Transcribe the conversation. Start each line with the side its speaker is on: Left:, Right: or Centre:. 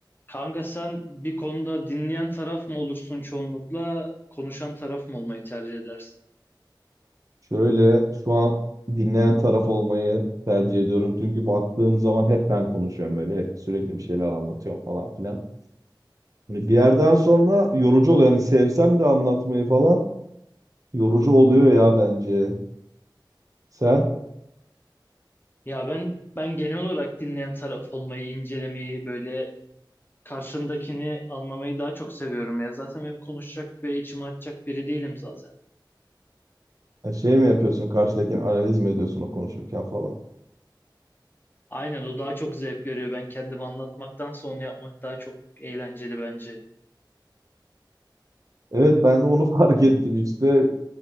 Left: Kanka sen bir konuda dinleyen taraf mı olursun çoğunlukla, konuşan taraf mı olmayı tercih edersin?
Right: Şöyle şu an dinleyen taraf olmayı tercih ediyorum. Çünkü baktığım zaman hep ben konuşuyorum böyle. Hep sürekli bir şeyler anlatıyorum falan filan. Hani bir yerden sonra yorucu oluyor. Hani sevsem de anlatmayı falan yorucu oluyor ya bence. Sen
Left: Ya ben ben genel olarak dinleyen taraf olmayı, incelemeyi, böyle karşındakini anlamayı daha çok seviyorum ya. Zaten benim konuşacak ve içime açacak biri değilim zaten.
Right: ha, şey mi yapıyorsun karşıdakini analiz mi ediyorsun o konuşurken falan.
Left: Aynen o daha çok zevk veriyor. Ben kendimi anlatmaktan sonra yapmak daha çok eğlenceli bence.
Right: Evet ben de onu <laughs> fark ettim işte.